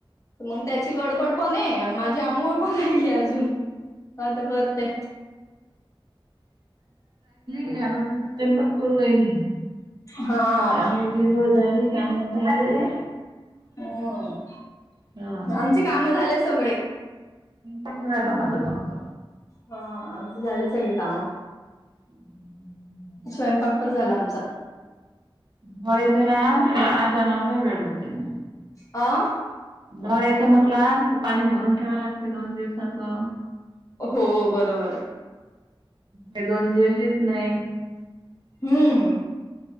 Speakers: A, on the left (about 35°); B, on the right (about 50°).
A: तर मग त्याची गडबड पण आहे माझ्या अंघोळ पण राहिली अजून. आता करते.
B: याग <unintelligible> स्वयंपाक करू राहिली
A: हा
B: आंघोळ बिंगोळ झाले काम झालै
A: हो
B: हा
A: आमचे काम झाले सगळे.
B: टाकू राहिला माझं फक्त.
A: हा आमच झालं सगळे काम.
B: हम् <inaudible>
A: स्वयंपाक पण झाला आमचा.
B: नोडीितना बळा चनले भडबते म <unintelligible>
A: आ?
B: नाले येथे म्हटला पाणी भरून ठेवा लागते दोन दिवसाच.
A: हो बरोबर आहे.
B: का दोन दिवस येत नाही.
A: हम्म.